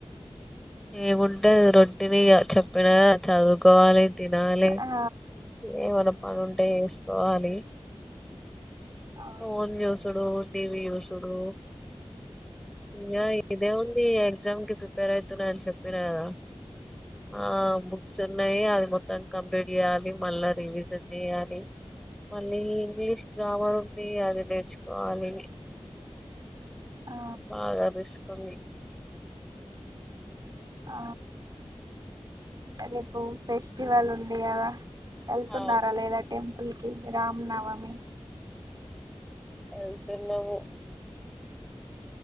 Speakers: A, in the centre; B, on the right.
A: ఏముంటయ్ రొట్టినిగ చెప్పినా చదువుకోవాలి తినాలె
B: ఆ
A: ఏ మనం పనుంటే చేసుకోవాలి.
B: ఆ
A: ఫోన్ చూసుడు టీవీ చూసుడు ఇయా ఇదే ఉంది ఎగ్జామ్ కి ప్రిపేర్ ఐతున్న అని చెప్పినకదా ఆ బుక్స్ ఉన్నాయి అవి మొత్తం కంప్లీట్ చేయాలి మళ్ళా రివిజన్ చేయాలి మళ్ళీ ఇంగ్లీష్ గ్రామర్ ఉంది అది నేర్చుకోవాలి
B: ఆ
A: బాగా రిస్క్ తోంది
B: ఆ ఇప్పుడు ఫెస్టివల్ ఉంది కదా వెళ్తున్నారా
A: ఆ
B: లేదా టెంపుల్ కి రామ్ నవమి
A: ఎళ్తున్నము